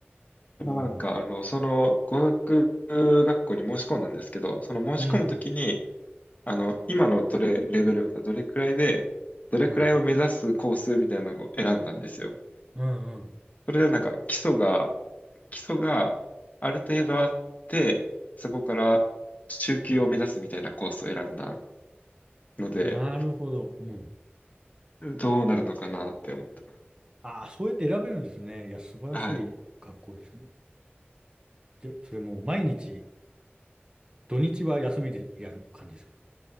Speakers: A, on the right; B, on the left.
A: うん。
B: なんか、あの、その、語学学校に申し込んだんですけど、その申し込むときに、
A: うん。
B: あの、今のどれ、レベルがどれくらいで、どれくらいを目指すコースみたいなのを選んだんですよ。
A: うん。うんうん。
B: それでなんか基礎が、基礎がある程度あって、そこから中級を目指すみたいなコースを選んだので、
A: なるほど。うん。
B: どうなるのかなって思ってます。
A: ああ、そうやって選べるんですね。いや、素晴らしい学校ですね。
B: はい。
A: じゃ、それもう毎日、土日は休みでやる感じですか